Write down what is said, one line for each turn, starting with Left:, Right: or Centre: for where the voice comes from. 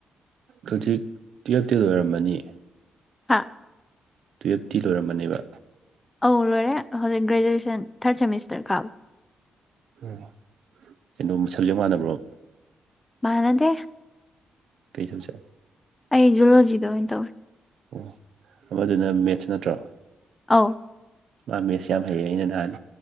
Right: ꯍꯨꯖꯤꯛ ꯇ꯭ꯌꯦꯜꯚꯇꯤ ꯂꯣꯏꯔꯝꯃꯅꯤ
Left: ꯍꯥꯥ
Right: ꯇꯨꯌꯦꯞꯇꯤ ꯂꯣꯏꯔꯝꯃꯅꯦꯕ
Left: ꯑꯧ ꯂꯣꯏꯔꯦ ꯍꯧꯖꯤꯛ ꯒ꯭ꯔꯦꯖꯨꯋꯦꯁꯟ ꯊꯥꯔꯠ ꯁꯦꯃꯤꯁꯇꯔ ꯀꯥꯕ
Right: ꯎꯝ ꯀꯩꯅꯣꯝ ꯁꯞꯖꯦꯛ ꯃꯥꯟꯅꯕ꯭ꯔꯣ
Left: ꯃꯥꯟꯅꯗꯦ
Right: ꯀꯩ ꯁꯕꯖꯦꯛ
Left: ꯑꯩ ꯖꯨꯂꯣꯖꯤꯗ ꯑꯣꯏꯅ ꯇꯧꯋꯦ
Right: ꯑꯣ ꯑꯃꯗꯨꯅ ꯃꯦꯠ꯭ꯁ ꯅꯠꯇ꯭ꯔꯣ
Left: ꯑꯧ
Right: ꯃꯥ ꯃꯦꯠꯁ ꯌꯥꯝ ꯍꯩꯌꯦ ꯑꯩꯅ ꯅꯍꯥꯟ